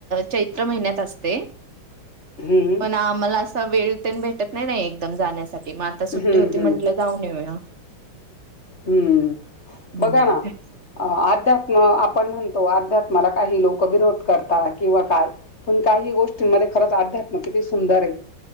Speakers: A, on the right; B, on the left.
A: चैत्र महिन्यात असते
B: हं.
A: पण आम्हाला असं वेळ ते भेटत नाही नाही एकदम जाण्यासाठी मग आता सुट्टी
B: हं,
A: होती.
B: हं.
A: म्हंटलं जाऊन येे.
B: हम्म
A: हम्म
B: बघा ना. अ अध्यात्म आपण म्हणतो अध्यात्माला काही लोक विरोध करत किंवा काय पण काही गोष्टींमध्ये खरंचं अध्यात्मक किती सुंदर आहे.